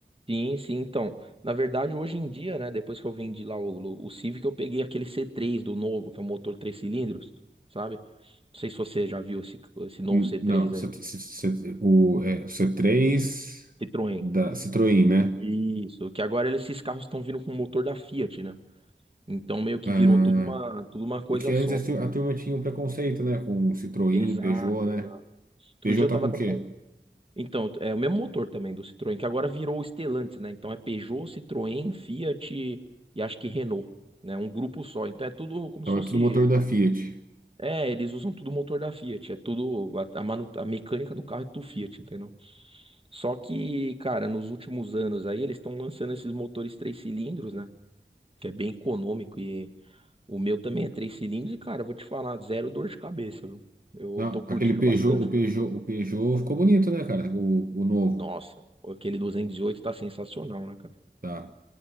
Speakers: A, on the right; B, on the right.
A: Sim, sim. Então, na verdade, hoje em dia, né? Depois que eu vendi lá o, o Civic, eu peguei aquele c três do novo, que é um motor três cilindros, sabe? Não sei se você já viu esse, esse novo
B: N-
A: c três
B: Não,
A: aí.
B: cê- cê- cê- o, é, o c três
A: Citroën.
B: da Citroën, né?
A: Isso, que agora esses carros estão vindo com o motor da Fiat, né? Então meio que
B: Ah,
A: virou tudo uma, tudo uma coisa
B: porque
A: só.
B: antes a tur- a turma tinha um preconceito, né? Com Citroën,
A: Exato,
B: Peugeot, né?
A: exato. Outro
B: Peugeot
A: dia eu
B: tá
A: tava
B: com
A: até
B: o quê?
A: com. Então, é o mesmo motor também do Citroën, que agora virou o Stellantis, né? Então é Peugeot, Citroën, Fiat e e acho que Renault, né? Um grupo só. Então é tudo como
B: Então
A: se fosse.
B: é tudo motor da Fiat.
A: É, eles usam tudo o motor da Fiat. É tudo. A, a, manu... a mecânica do carro é tudo Fiat, entendeu? Só que, cara, nos últimos anos aí eles estão lançando esses motores três cilindros, né? Que é bem econômico e O meu também é três cilindros e, cara, eu vou te falar, zero dor de cabeça, viu? Eu
B: Não,
A: tô curtindo
B: aquele Peugeot,
A: bastante,
B: o Peugeot,
A: cara.
B: o Peugeot ficou bonito, né, cara? O, o novo.
A: Nossa, aquele 208 tá sensacional, né, cara?
B: tá?